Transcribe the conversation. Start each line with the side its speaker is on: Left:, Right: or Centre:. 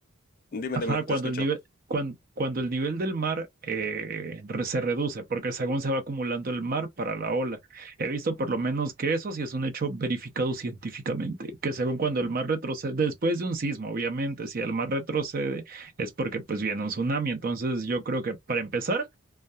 Left: Dime,
Right: ajá,
Left: dime, te
Right: cuando
Left: escucho.
Right: el nivel, cuan- cuando el nivel del mar eh, re- se reduce, porque según se va acumulando el mar para la ola. He visto por lo menos que eso sí es un hecho verificado científicamente, que según cuando el mar retrocede, después de un sismo, obviamente, si el mar retrocede es porque pues viene un tsunami. Entonces yo creo que para empezar